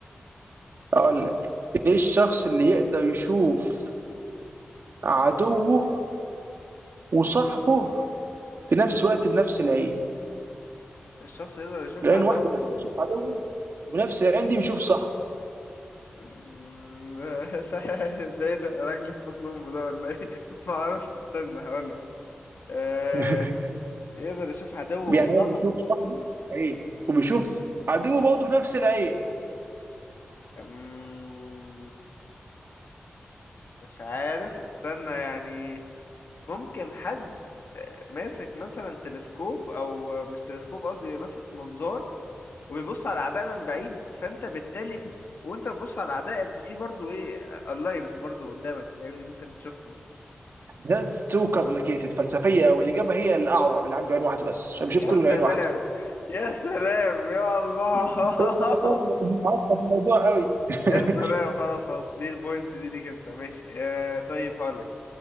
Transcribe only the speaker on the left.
الشخص يقدر يشوف
عدو
مم، <laughs> ده ايه ده راجل في بطن امه ده ولا ايه <laughs> ما اعرفش استنى هقولك آه...
يقدر يشوف عدوه
وصاحبه
مم، مش عارف استنى يعني ممكن حد ماسك مثلا تلسكوب او مش تلسكوب قصدي بيبقى ماسك منظار وبيبص على الاعداء من بعيد فانت بالتالي ف- وانت بتبص على الاعداء انت في برضو ايه اللاينز برضو قدامك فاهمني ممكن تشوفهم
يعني يا
سلام
يا سلام يا الله
<laughs>
يا سلام خلاص خلاص دي البوينت دي ليك انت ماشي آه طيب هقولك